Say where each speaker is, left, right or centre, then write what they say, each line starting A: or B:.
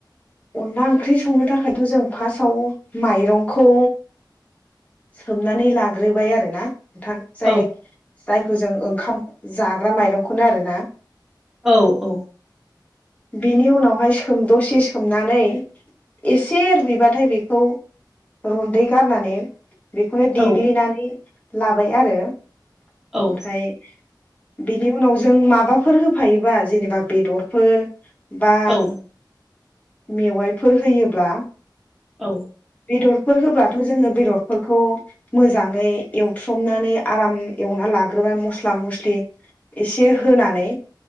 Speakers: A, on the left (about 20°); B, in the centre.
A: अनला ओंख्रि संनो थाखायथ' जों फार्स्टआव माइरंखौ सोमनानै लाग्रोबाय आरोोना नोंथां जाय
B: औ
A: जायखौ जों ओंखाम। जाग्रा माइरंखौनो आरो ना।
B: औ औ।
A: बिनि उनावहाय सोम दसे सोमनानै। एसे रुइबाथाय बेखौ रन्दै गारनानै। बेखौनो देग्लिनानै
B: औ
A: लाबाय आरो ओमफ्राय।
B: औ
A: बेनि उनाव जों माबाफोर होफायोबा जेनेबा बेदरफोर। बा
B: औ
A: मेवाइफोर होयोब्ला।
B: औ।
A: बेदरफोर होब्लाथ' जोङो बेदरफोरखौ मोजाङै एवथ्रमनानै आराम एवना लाग्रोबाय मस्ला-मस्लि एसे होनानै।